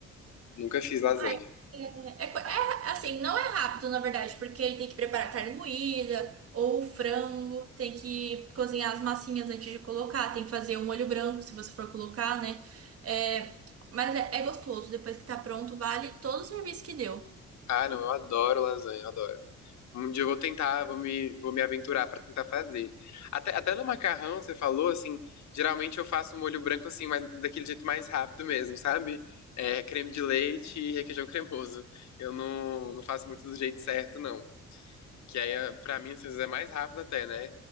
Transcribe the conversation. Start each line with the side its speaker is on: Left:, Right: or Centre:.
Left: Nunca fiz lasanha.
Right: Ah, é, é- co- é- assim, não é rápido, na verdade, porque ele tem que preparar a carne moída ou o frango, tem que cozinhar as massinhas antes de colocar, tem que fazer um molho branco, se você for colocar, né? É, mas é, é gostoso, depois que tá pronto, vale todo o serviço que deu.
Left: Ah, não, eu adoro lasanha, eu adoro. Um dia eu vou tentar, vou me, vou me aventurar pra tentar fazer. Até, até no macarrão, você falou, assim, geralmente eu faço um molho branco assim, mas daquele jeito mais rápido mesmo, sabe? É, creme de leite e requeijão cremoso. Eu não, não faço muito do jeito certo, não. Que aí, é- pra mim, às vezes é mais rápido até, né?